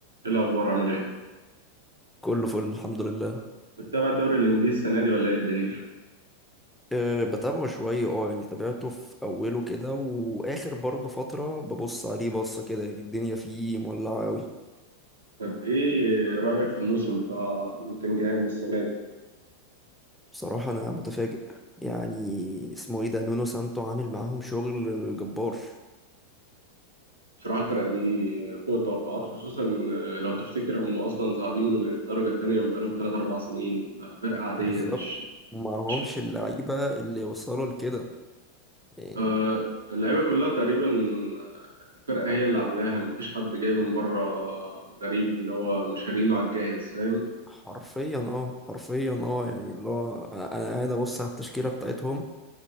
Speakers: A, on the right; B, in the centre.
A: ايه الاخبار عامل ايه
B: كله فل الحمد لله
A: بتتابع الدوري الانجليزي السنه دي ولا ايه الدنيا
B: أه بتابعه شوية اه يعني تابعته في أوله كده وآخر برضه فترة ببص عليه بصة كده يعني الدنيا فيه مولعة أوي
A: طب ايه رايك في الموسم بتاع نوتنجهام السنه دي
B: بصراحة أنا متفاجئ يعني اسمه ايه ده نونو سانتو عامل معاهم شغل جبار
A: بصراحه الفرقه دي فوق التوقعات خصوصا آه، لو تفتكر هم اصلا صاعدين من الدرجه الثانيه من بقالهم 3 4 سنين فرقه عاديه
B: بالظبط
A: مش
B: ومعهمش
A: مش
B: اللعيبة اللي وصلوا لكده يعني
A: آه اللعيبه كلها تقريبا آه، الفرقه هي اللي عاملاها مفيش حد جاي من بره غريب اللي هو مش شارينه على الجاهز فاهم
B: حرفيا اه حرفيا اه يعني اللي هو أنا أنا قاعد أبص على التشكيلة بتاعتهم